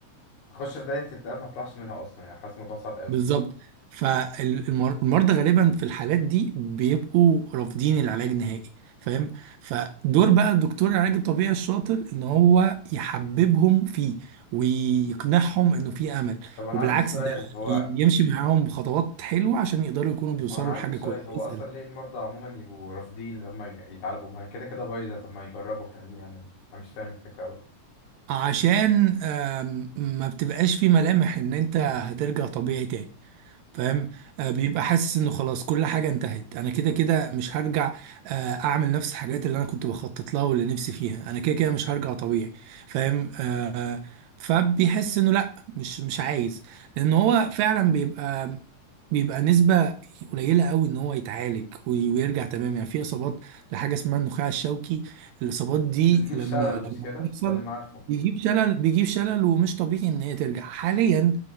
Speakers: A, on the left; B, on the right.
A: اخش في دايره اكتئاب ما اطلعش منها اصلا يعني حاسس الموضوع صعب قوي
B: بالظبط فالمرضى غالبا في الحالات دي بيبقوا رافضين العلاج نهائي فاهم فدور بقى دكتور العلاج الطبيعي الشاطر ان هو يحببهم فيه ويقنعهم انه في امل
A: طب انا
B: وبالعكس
A: عندي سؤال
B: ده
A: هو
B: يمشي معاهم خطوات حلوة عشان يقدروا يكونوا بيوصلوا
A: هو انا عندي
B: لحاجة
A: سؤال
B: كويسة
A: هو
B: اسأل
A: اصلا ليه المرضى عموما يبقوا رافضين لما يتعالجوا ما هي كده كده بايظه طب ما يجربوا فاهمني يعني انا مش فاهم الفكره قوي
B: عشان آم، ما بتبقاش في ملامح ان انت هترجع طبيعي تاني فاهم آه، بيبقى حاسس انه خلاص كل حاجه انتهت انا كده كده مش هرجع آه، اعمل نفس الحاجات اللي انا كنت بخطط لها واللي نفسي فيها انا كده كده مش هرجع طبيعي فاهم آه، فبيحس انه لا مش مش عايز لان هو فعلا بيبقى بيبقى نسبة قليلة قوي ان هو يتعالج وي- ويرجع تمام يعني في اصابات لحاجة اسمها النخاع الشوكي الاصابات دي
A: ده تجيب
B: لما
A: شلل مش
B: لما
A: كده
B: بتحصل
A: ده اللي انا عارفه
B: بيجيب شلل بيجيب شلل ومش طبيعي ان هي ترجع حاليا